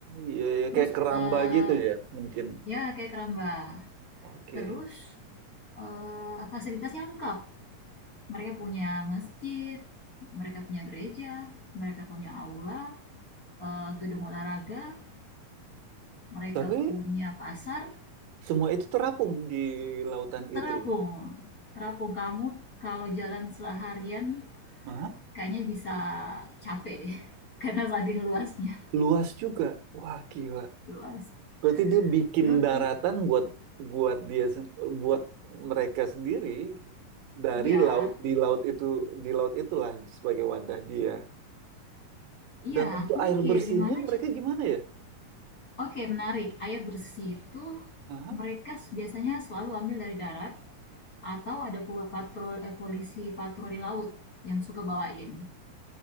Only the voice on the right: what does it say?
iya iya.
kayak keramba
gitu ya mungkin.
Oke.
Tapi
semua itu terapung di lautan
itu ya.
Nah,
luas juga. Wah gila.
Berarti dia bikin
daratan buat buat dia sen- buat mereka sendiri dari
laut di laut itu di laut itulah sebagai wadah dia.
Dan untuk
air
bersihnya
mereka
gimana ya?
Aha.